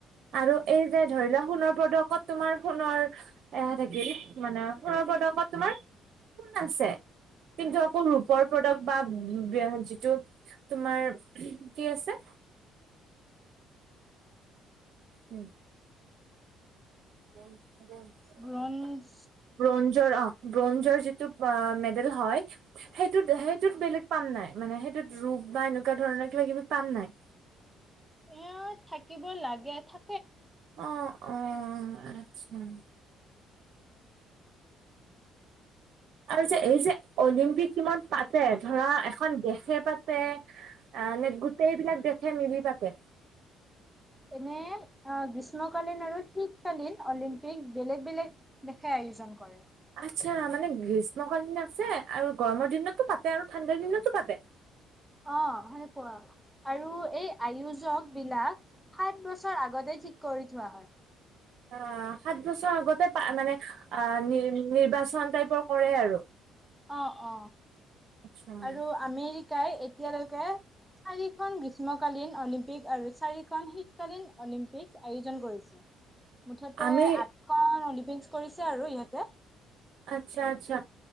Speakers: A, on the right (about 65°); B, in the centre.
A: আৰু এই যে ধৰি লোৱা সোণৰ পদকত তোমাৰ সোণৰ এ থাকিল মানে সোণৰ পদকত তোমাৰ সোণ আছে কিন্তু আকৌ ৰূপৰ পদক বা যিটো তোমাৰ কি আছে উম। <unintelligible>
B: ব্ৰঞ্জ
A: ব্ৰঞ্জৰ অ' ব্ৰঞ্জৰ যিটো মেডেল হয় সেইটোত সেইটোত বেলেগ পাম নাই মানে সেইটোত ৰূপ বা এনেকুৱা ধৰণৰ কিবা কিবি পাম নাই।
B: এ থাকিব লাগে থ
A: অ -অ উম। আৰু যে এই যে অলিম্পিক কিমান পাতে ধৰা এখন দেশে পাতে নে গোটেইবিলাক দেশে মিলি পাতে।
B: এনে অ', গ্ৰীষ্মকালীন আৰু শীতকালীন অলিম্পিক বেলেগ বেলেগ দেশাই আয়োজন কৰে।
A: আচ্ছা মানে গ্ৰীষ্ম কালিন আছে আৰু গৰমৰ দিনতো পাতে আৰু ঠাণ্ডাৰ দিনতো পাতে।
B: অ', সেনেকুৱা। আৰু এই আয়োজক বিলাক। সাত বছৰ আগতে ঠিক কৰি থোৱা হয়।
A: অ' সাত বছৰ আগতে পা মানে অ' নি নিৰ্বাচন টাইপৰ কৰে আৰু
B: অ -অ
A: আচ্ছা।
B: আৰু আমেৰিকাই এতিয়ালৈকে চাৰিখন বিশ গ্ৰীষ্মকালীন অলিম্পিক আৰু চাৰিখন শীতকালীন অলিম্প <inaudible> <inaudible> আয়োজন কৰিছে। মুঠতে
A: আমি
B: আঠখন <inaudible> কৰিছে আৰু ইহঁতে।
A: আচ্ছা, আচ্ছা,